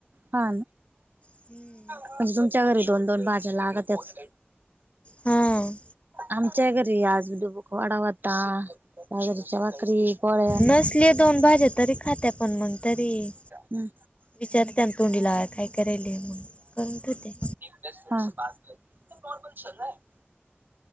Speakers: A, on the right (about 50°); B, on the left (about 30°).
A: हा.
B: हम्.
A: म्हणजे तुमच्या घरी दोन दोन भाज्यालाग त्याच
B: हां.
A: आच्या घरीियाजडुबूक वाडा होता. बादरच्या बकरी पळ
B: नसले दोन भाज्या तरी खात्या पण मग तरी
A: हम्.
B: विचारते ना तोंडीला काय करेल मग करत होते.
A: नॉर्मल.